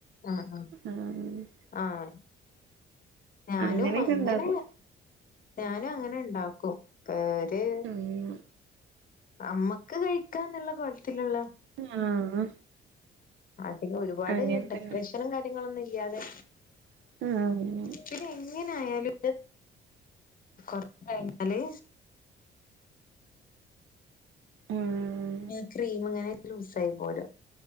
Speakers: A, on the left; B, on the right.
A: ആഹ് ആഹ്.
B: ആഹ്.
A: ആഹ്. ഞാനും
B: അങ്ങനെയൊക്കെ
A: അങ്ങനെ
B: ഇണ്ടാക്കും
A: ഞാനും അങ്ങനെ ഇണ്ടാക്കും. പേര്
B: ഉം
A: അമ്മക്ക് കഴിക്കാന്നുള്ള കോലത്തിലുള്ള
B: ആഹ്
A: അതികം ഒരുപാട്
B: അങ്ങനെ
A: ഡെക്കറേഷനും
B: തന്നെ
A: കാര്യങ്ങളൊന്നും ഇല്യാതെ.
B: ഉം
A: ഉച്ചക്ക് എങ്ങനെയാലും കൊറച് കഴിഞ്ഞാല്
B: ആഹ്
A: ഈ ക്രീം ഇങ്ങനെ ലൂസായി പോരും